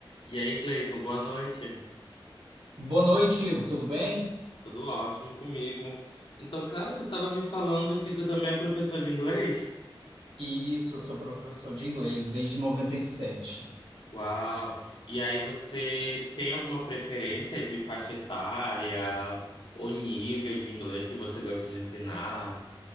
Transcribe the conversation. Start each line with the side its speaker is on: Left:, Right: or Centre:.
Left: E aí, Gleison, boa noite.
Right: Boa noite, Ivo, tudo bem?
Left: Tudo ótimo comigo. Então, cara, tu tava me falando que tu também é professor de inglês?
Right: Isso, eu sou professor de inglês desde 97.
Left: Uau! E aí, você tem alguma preferência de faixa etária ou nível de inglês que você gosta de ensinar?